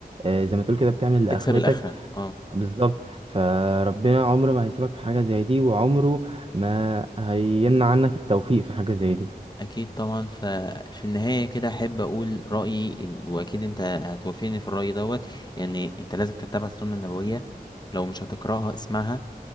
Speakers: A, on the right; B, on the left.
A: آه، زي ما تقول كده بتعمل لآخرتك
B: تكسب الاخرة اه
A: بالظبط فربنا عمره ما هيسيبك في حاجة زي دي وعمره ما هيمنع عنك التوفيق في حاجة زي دي
B: اكيد طبعا ففي النهايه كده احب اقول رايي ال- واكيد انت هتوافقني في الراي دوت يعني انت لازم تتبع السنه النبويه لو مش هتقراها اسمعها